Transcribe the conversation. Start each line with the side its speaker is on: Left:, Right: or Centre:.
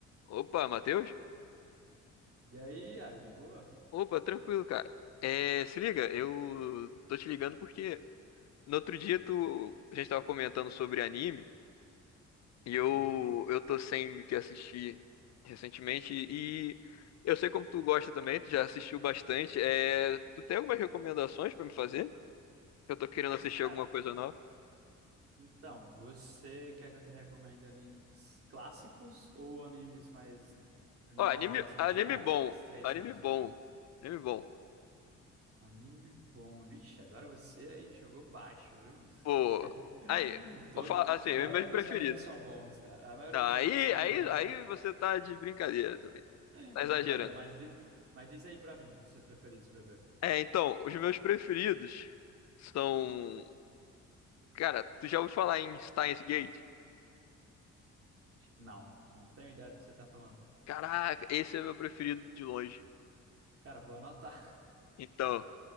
Left: Opa, Matheus?
Right: E aí, Iago, de boa?
Left: Opa, tranquilo, cara. É, se liga, eu tô te ligando porque no outro dia tu, a gente tava comentando sobre anime e eu,
Right: Sim.
Left: eu tô sem o que assistir recentemente e eu sei como tu gosta também, tu já assistiu bastante. É, tu tem algumas recomendações pra me fazer? Eu tô querendo assistir
Right: Cara,
Left: alguma coisa nova.
Right: então, você quer que eu te recomende animes clássicos ou animes mais novos,
Left: Ó, anime,
Right: assim,
Left: Não,
Right: entre
Left: anime
Right: aspas,
Left: legal. bom,
Right: três
Left: anime
Right: anos
Left: bom,
Right: pra cá?
Left: anime bom.
Right: Anime bom, vixe, agora você aí jogou baixo, viu?
Left: Pô,
Right: <laughs>
Left: aí,
Right: Todo...
Left: vou falar assim,
Right: A maioria
Left: os meus
Right: dos
Left: preferidos.
Right: animes são bons, cara. A maioria
Left: Não,
Right: dos
Left: aí,
Right: animes são
Left: aí,
Right: bons, mas
Left: aí você tá de brincadeira também.
Right: <laughs>
Left: Tá
Right: brincando,
Left: exagerando.
Right: mas, di- mas diz aí pra mim, os seus preferidos pra eu ver.
Left: É, então, os meus preferidos são. Cara, tu já ouviu falar em Steins Gate?
Right: Não, não tenho ideia do que você tá falando.
Left: Caraca, esse é meu preferido de longe.
Right: Cara, vou anotar.
Left: Então,